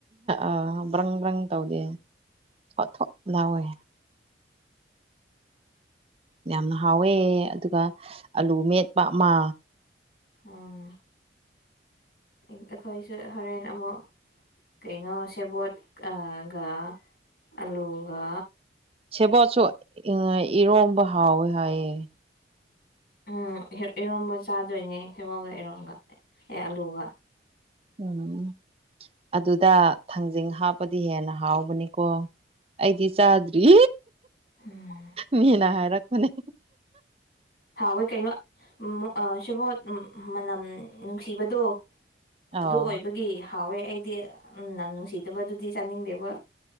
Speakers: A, on the right; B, on the left.
A: ꯑꯥ ꯕ꯭ꯔꯪ ꯕ꯭ꯔꯪ ꯇꯧꯗꯦ ꯊꯣꯠ ꯊꯣꯠ ꯂꯥꯎꯋꯦ ꯌꯥꯝꯅ ꯍꯥꯎꯋꯦ ꯑꯗꯨꯒ ꯑꯂꯨ ꯃꯦꯠꯄ ꯑꯃ
B: ꯑꯣ ꯑꯩꯈꯣꯏꯁꯨ ꯍꯣꯔꯦꯟ ꯑꯃꯨꯛ ꯀꯩꯅꯣ ꯁꯦꯕꯣꯠꯒ ꯑꯂꯨꯒ
A: ꯁꯦꯕꯣꯠꯁꯨ ꯏꯔꯣꯝꯕ ꯍꯥꯎꯋꯦ ꯍꯥꯏꯌꯦ
B: ꯎꯝ ꯏꯔꯣꯝꯕ ꯆꯥꯗꯣꯏꯅꯦ ꯁꯦꯚꯣꯠꯒ ꯏꯔꯣꯝꯒ ꯑꯦ ꯑꯂꯨꯒ
A: ꯎꯝ ꯑꯗꯨꯗ ꯊꯥꯡꯖꯤꯡ ꯍꯥꯞꯄꯗꯤ ꯍꯦꯟꯅ ꯍꯥꯎꯕꯅꯤꯀꯣ ꯑꯩꯗꯤ ꯆꯥꯗ꯭ꯔꯤ
B: ꯎꯝ
A: ꯃꯤꯅ ꯍꯥꯏꯔꯛꯄꯅꯦ
B: ꯍꯥꯎꯏ ꯀꯩꯅꯣ ꯎꯝ ꯑ ꯁꯦꯕꯣꯠ ꯎꯝ ꯃꯅꯝ ꯅꯨꯡꯁꯤꯕꯗꯣ
A: ꯑꯥꯎ
B: ꯑꯗꯨ ꯑꯣꯏꯕꯒꯤ ꯍꯥꯎꯋꯦ ꯑꯩꯗꯤ ꯎꯝ ꯅꯝ ꯨꯡꯁꯤꯗꯕ ꯑꯗꯨꯗꯤ ꯆꯥꯅꯤꯡꯗꯦꯕ